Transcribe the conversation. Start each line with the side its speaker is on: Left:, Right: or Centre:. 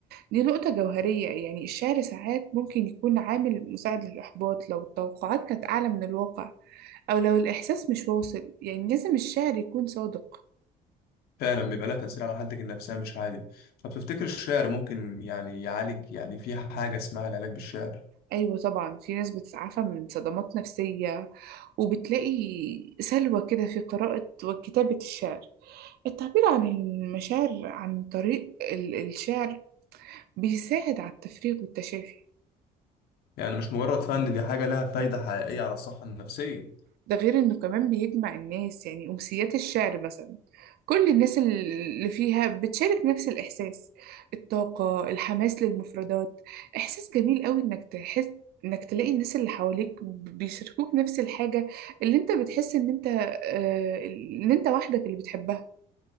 Right: دي نقطة جوهرية يعني الشعر ساعات ممكن يكون عامل مساعد للإحباط لو التوقعات كانت أعلى من الواقع أو لو الإحساس مش واصل يعني لازم الشعر يكون صادق
Left: فعلا بيبقى لها تأثير على حالتك النفسية مش عادي طب تفتكر الشعر ممكن يعني يعالج يعني في حاجة اسمها العلاج بالشعر
Right: أيوة طبعا في ناس بتتعافى من صدمات نفسية وبتلاقي سلوى كده في قراءة وكتابة الشعر التعبير عن المشاعر عن طريق ال- الشعر بيساعد على التفريغ والتشافي
Left: يعني مش مجرد فن دي حاجة لها فايدة حقيقية على الصحة النفسية
Right: ده غير انه كمان بيجمع الناس يعني امسيات الشعر مثلا كل الناس اللي فيها بتشارك نفس الاحساس الطاقة الحماس للمفردات احساس جميل قوي انك تحس انك تلاقي الناس اللي حواليك بيشاركوك نفس الحاجة اللي انت بتحس ان انت آه، ان انت وحدك اللي بتحبها